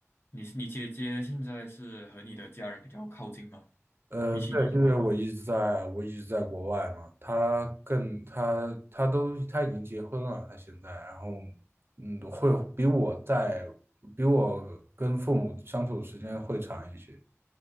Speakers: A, on the left (about 50°); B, on the right (about 50°).
A: 你你姐姐现在是和你的家人比较靠近吗？
B: 呃，
A: 比起你的话
B: 对，因为我一直在，我一直在国外嘛，他更他他都他已经结婚了，他现在，然后嗯，会比我在比我跟父母相处的时间会长一些。